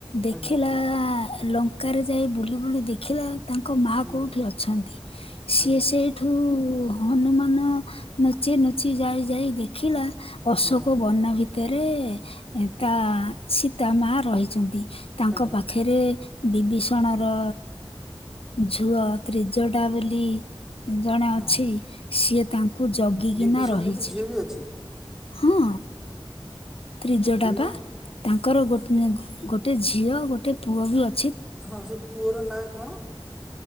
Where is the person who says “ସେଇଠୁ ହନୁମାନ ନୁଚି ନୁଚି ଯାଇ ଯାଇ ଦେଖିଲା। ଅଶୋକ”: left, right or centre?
Left